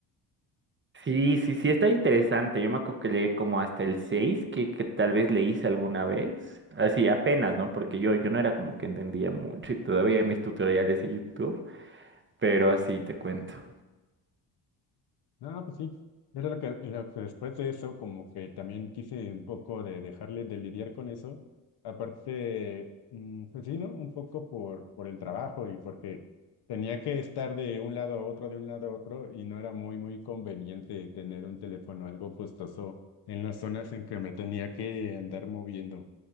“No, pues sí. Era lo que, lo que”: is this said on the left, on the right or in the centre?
Left